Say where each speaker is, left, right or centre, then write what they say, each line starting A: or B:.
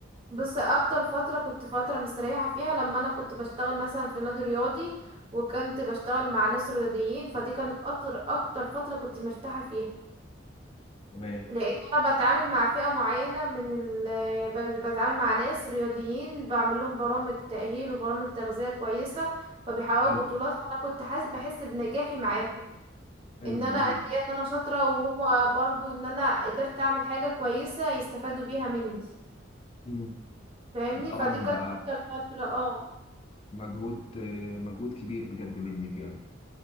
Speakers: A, on the right; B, on the left.
A: بص اكتر فترة كنت فترة مستريحة فيها لما انا كنت بشتغل مثلا في نادي رياضي وكنت بشتغل مع ناس رياضيين فدي كانت اكتر اكتر فترة كنت مرتاحة فيها
B: تمام
A: لان انا بتعامل مع فئة معينة من ال ب- بتعامل مع ناس رياضيين بعمل لهم برامج تأهيل وبرامج تغذية كويسة فبيحققوا
B: حلو
A: بطولات فانا كنت حاسس بحس بنجاحي معاهم
B: حلو
A: ان انا
B: جميل
A: قد ايه ان انا شاطرة وهما برضو ان انا قدرت اعمل حاجة كويسة يستفادوا بيها مني
B: مم.
A: فاهمني
B: طبعا
A: فدي كانت
B: ده
A: اكتر فترة اه
B: مجهود آه، مجهود كبير بجد منك يعني